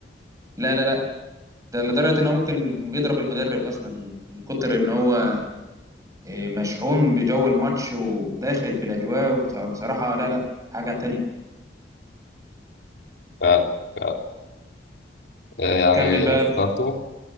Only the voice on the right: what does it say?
لا لا لا ده لدرجة ان هو ممكن بيضرب المدرب اصلا من كتر ان هو إيه، مشحون بجو الماتش وداخل في الاجواء وبت- بصراحة لا لا حاجة تانية
كمل بقى